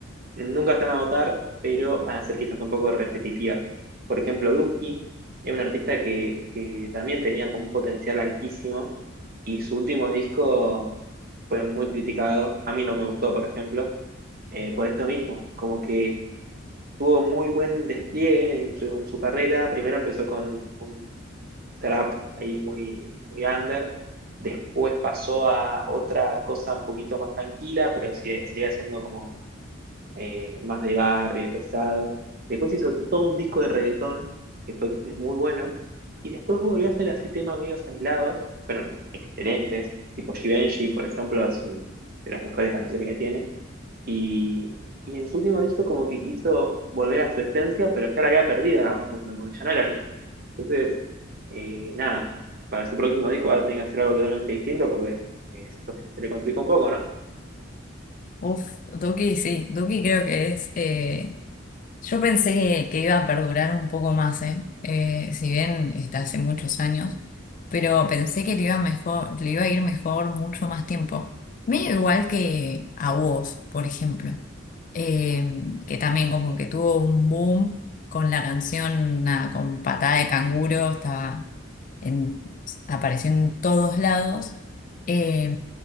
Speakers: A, on the right (about 50°); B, on the left (about 40°).
A: nunca están a votar, pero van a ser quizás un poco repetitivas. Por ejemplo, Duki es un artista que, que también tenía como un potencial altísimo y su último disco fue muy criticado. A mí no me gustó, por ejemplo, eh, por esto mismo, como que tuvo muy buen despliegue en su, en su carrera. Primero empezó con un trap ahí muy, muy under. Después pasó a otra cosa un poquito más tranquila, pero sigue, sigue siendo como eh, más de barrio y pesado. Después hizo todo un disco de reggaetón, que fue muy bueno. Y después volvió a hacer así temas medios aislados, excelentes, tipo Givenchy, por ejemplo, es un- de las mejores canciones que tiene. Y, y en su último disco como que quiso volver a su esencia, pero ya la había perdido en algún punto, porque ya no era el mismo. Entonces, eh, nada, para su próximo disco va a tener que hacer algo totalmente distinto porque eh, se, se le complica un poco, ¿no?
B: Uf, Duki sí, Duki creo que es eh, Yo pensé que, que iba a perdurar un poco más, ¿eh? Eh, si bien está hace muchos años, pero pensé que le iba mejor, le iba a ir mejor mucho más tiempo. Medio igual que a vos, por ejemplo, Eh, que también como que tuvo un boom con la canción nada, con Patada de Canguro, estaba en, apareciendo en todos lados. Eh,